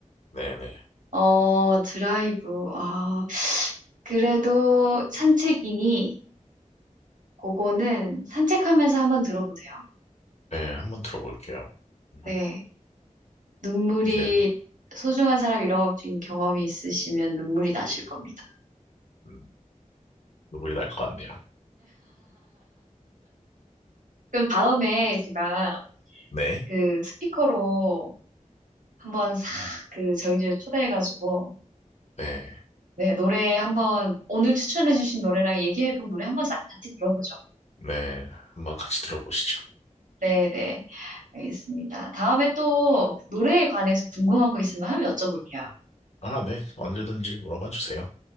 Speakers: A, on the left (about 55°); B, on the right (about 75°).
A: 네네.
B: 어, 드라이브. 아, 그래도 산책이니 그거는 산책하면서 한번 들어보세요.
A: 네, 한번 들어볼게요. 음,
B: 네. 눈물이
A: 이제
B: 소중한 사람 잃어버린 경험이 있으시면 눈물이 나실 겁니다.
A: 음, 눈물이 날 것 같네요.
B: 그럼 다음에 제가
A: 네,
B: 그 스피커로 한번 싹 그 저희 집 초대해가지고
A: 네,
B: 네 노래 한번 오늘 추천해주신 노래랑 얘기해본 노래 한번 싹 같이 들어보죠.
A: 네, 한번 같이 들어보시죠.
B: 네네 알겠습니다. 다음에 또 노래에 관해서 궁금한 거 있으면 한번 여쭤볼게요.
A: 아, 네, 언제든지 물어봐 주세요.